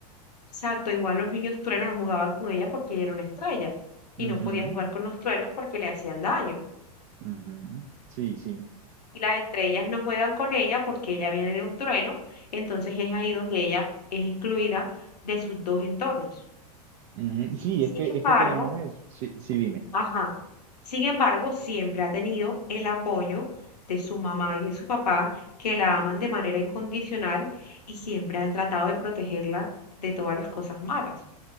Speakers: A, on the left; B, on the right.
A: Exacto, igual los niños truenos no jugaban con ella porque ella era una estrella y no
B: Ujú,
A: podía jugar con los truenos porque le hacían daño.
B: ujú. Sí, sí.
A: y las estrellas no juegan con ella porque ella viene de un trueno, entonces es ahí donde ella es excluida de sus dos entornos.
B: Ujú. Sí,
A: Sin
B: es que,
A: embargo,
B: es que tenemos eso. Sí, sí, dime.
A: ajá, sin embargo, siempre ha tenido el apoyo de su mamá y de su papá, que la aman de manera incondicional y siempre han tratado de protegerla de todas las cosas malas.